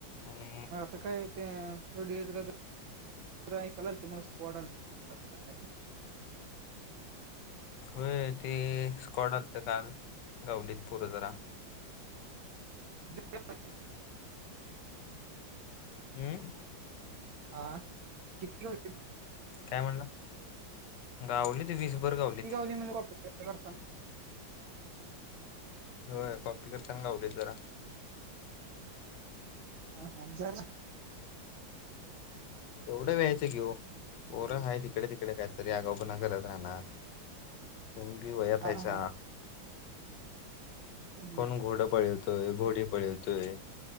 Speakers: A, on the left (about 70°); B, on the right (about 80°).
A: आणि
B: मग आता काय त्या थर्डइयर च काहीतरी जरा ऐकायला आलत मला स्क्वाड आलतं <unintelligible>
A: होय ते स्कॉड आलतं काल गावातील पोरं जरा
B: <unintelligible>
A: हम
B: आ किती होते
A: काय म्हणला गावलीत वीसभर गावली
B: किती गावली म्हणलं कॉपी करताना
A: होय कॉपी करताना गावलीत जरा
B: हा जरा
A: एवढं व्यायचं की ओ पोरं
B: बर
A: हायत इकडं तिकड काहीतरी अगावपणा करत राहणार तुम्ही बी वयात
B: हा
A: हायसा
B: हा हम्म
A: कोण घोड पळवतोय, घोडी पळवतोय